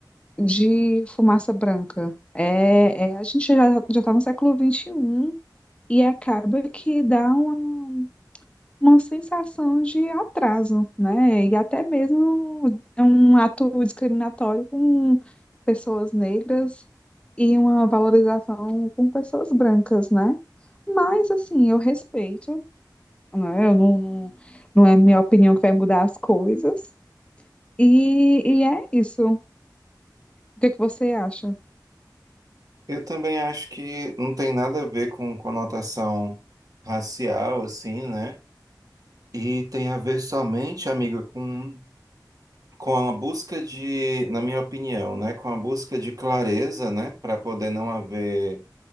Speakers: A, on the left (about 15°); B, on the right (about 55°).
A: de fumaça branca. É, é, a gente já já está no século XXI e um e acaba que dá uma uma sensação de atraso, né? E até mesmo é um ato discriminatório com pessoas negras e uma valorização com pessoas brancas, né? Mas, assim, eu respeito, né? Eu não, não, não é minha opinião que vai mudar as coisas. E, e é isso. O que é que você acha?
B: Eu também acho que não tem nada a ver com conotação racial, assim, né? E tem a ver somente, amigo, com, com a busca de, na minha opinião, né? Com a busca de clareza, né? Para poder não haver.